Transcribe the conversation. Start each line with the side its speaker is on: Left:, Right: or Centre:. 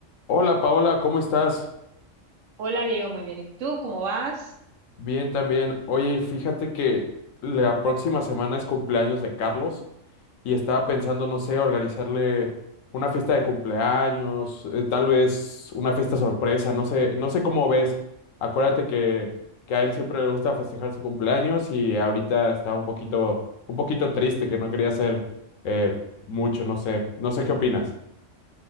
Left: Hola Paola, ¿cómo estás?
Right: Hola Diego, muy bien. ¿Y tú cómo vas?
Left: Bien también. Oye, fíjate que la próxima semana es cumpleaños de Carlos y estaba pensando, no sé, organizarle una fiesta de cumpleaños, eh, tal vez una fiesta sorpresa, no sé, no sé cómo ves. Acuérdate que, que a él siempre le gusta festejar su cumpleaños y ahorita está un poquito, un poquito triste que no quería hacer eh, mucho, no sé, no sé qué opinas.